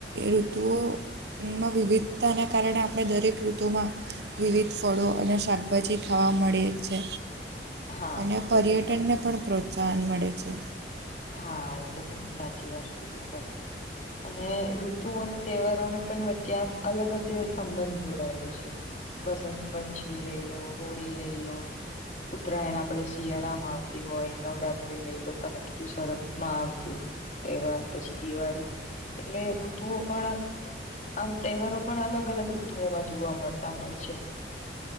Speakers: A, on the right; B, on the left.
A: ઋતુઓના વિવિધતાને કારણે આ આપણે દરેક ઋતુમાં વિવિધ ફળો અને શાકભાજી ખાવા મળે છે
B: હા
A: અને પર્યટનને
B: એ તો
A: પણ પ્રોત્સાહન મળે છે.
B: હા એ તો ઘણી સાચી વાત કીધી તમે અને ઋતુ અને તહેવારોને પણ વચ્ચે આમ અલગ જ સંબંધ જોડાયેલો છે. વસંત પંચમી લઈ લો હોળી લઈ લો ઉત્તરાયણ આપડે શિયાળા માં આવતી હોય નવરાત્રી લઈ લો તમે કીધું શરતમાં આવતું તહેવાર પછી દિવાળી એટલે ઋતુઓ પણ આમ તહેવારો પણ અલગ અલગ ઋતુઓમાં જોવા મળતા હોય છે.